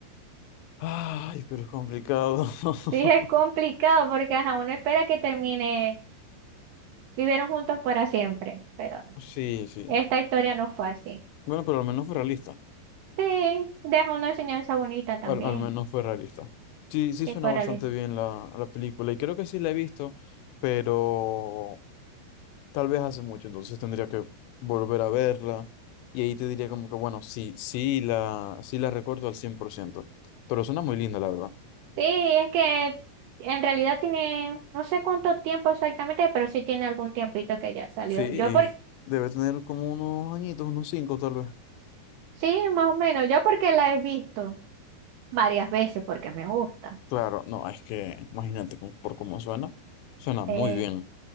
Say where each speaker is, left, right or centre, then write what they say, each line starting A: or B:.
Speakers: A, on the left; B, on the right.
A: Ay, pero es complicado. <laughs>
B: sí es complicado porque ajá, uno espera que termine, vivieron juntos para siempre, pero
A: Sí, sí.
B: esta historia no fue así.
A: Bueno, pero al menos fue realista.
B: Sí, deja una enseñanza bonita también,
A: Al, al menos fue realista. Sí, sí
B: que
A: suena
B: para
A: bastante bien la, la película y creo que sí la he visto, pero tal vez hace mucho, entonces tendría que volver a verla y ahí te diría como que, bueno, sí, sí la, sí la recuerdo al cien por ciento pero suena muy linda, la verdad.
B: Sí, es que en realidad tiene, no sé cuánto tiempo exactamente, pero sí tiene algún tiempito que ya salió.
A: Sí, y
B: Yo por,
A: debe tener como unos añitos, unos cinco tal vez.
B: sí, más o menos, yo porque la he visto varias veces porque me gusta.
A: Claro, no, es que imagínate con- por cómo suena, suena muy
B: Eh,
A: bien.